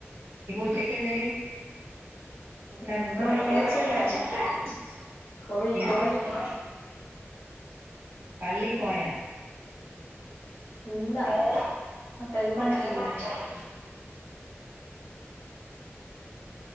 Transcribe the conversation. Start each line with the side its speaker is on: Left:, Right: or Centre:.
Right: ഇന്നപൂച്ചക്ക് എന്തേനി <inaudible>
Left: ഇന്ന് വെള്ളിയാഴ്ചയല്ലേ? കോഴി കോഴി
Right: പള്ളി പോയ
Left: ഇല്ല
Right: <unintelligible>
Left: ആ ടൈം ആയിട്ടില്ലേ